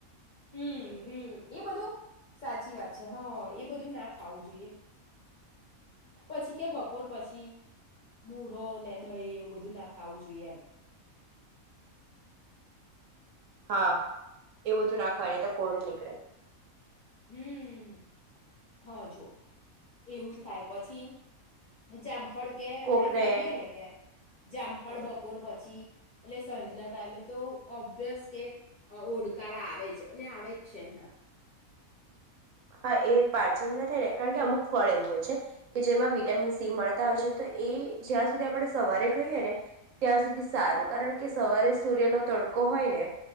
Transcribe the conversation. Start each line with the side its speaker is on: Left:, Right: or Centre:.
Left: હમમ
Right: એવું બધું
Left: હમમ એ બધું સાચી વાત છે હ અ એ બધું ના ખાવું જોઈએ પછી કે બપોર પછી મુરો ને દહી એવું બધું ના ખાવું જોઈએ એમ
Right: હા એવું બધું ના ખાવ ની તો કોડ નીકળે.
Left: હમમ હા જો એવું થાય પછી જામફળ કે આપડે
Right: કોકને
Left: ખઈએ ને કે જામફળ
Right: હા
Left: બપોર પછી એટલે સાંજના ટાઈમે તો ઓબ્વિયસ કે ઓળકાળ આવે જ અને આવે જ છે અલા
Right: હા એ પાચન ના થાય ને કારણ કે અમુક ફળ એવું હોય છે કે જેમાં વિટામિન સી મળતા હોય છે તો એ જ્યાં સુધી આપણે સવારે ખઈએ ને ત્યાં સુધી સારું કારણ કે સવારે સૂર્ય નો તડકો હોય ને